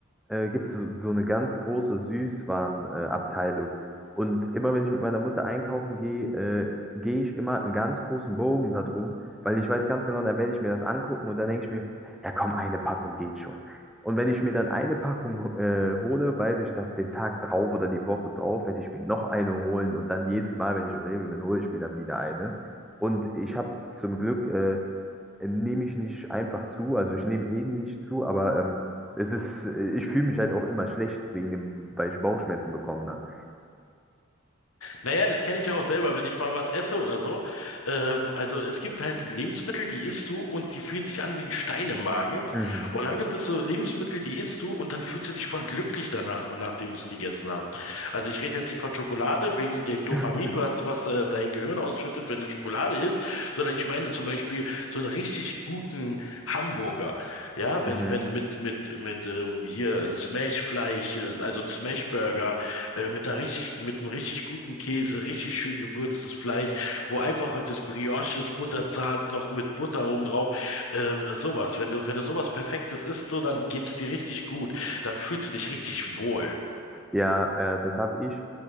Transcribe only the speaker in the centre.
äh, gibt es so, so eine ganz große Süßwarenabteilung. Äh, Abteilung. und immer wenn ich mit meiner Mutter einkaufen gehe, äh, gehe ich immer einen ganz großen Bogen darum, weil ich weiß ganz genau, dann werde ich mir das angucken und dann denke ich mir, ja komm, eine Packung geht schon. Und wenn ich mir dann eine Packung äh, hole, weiß ich, dass den Tag drauf oder die Woche drauf werde ich mir noch eine holen und dann jedes Mal, wenn ich im Rewe bin, hole ich mir dann wieder eine. Und ich habe zum Glück äh, äh, nehme ich nicht einfach zu. Also ich nehme eh nicht zu, aber ähm, es ist, äh, ich fühle mich halt auch immer schlecht wegen dem, weil ich Bauchschmerzen bekomme dann.
Mhm.
<laughs>
Mhm.
Ja, äh, das habe ich.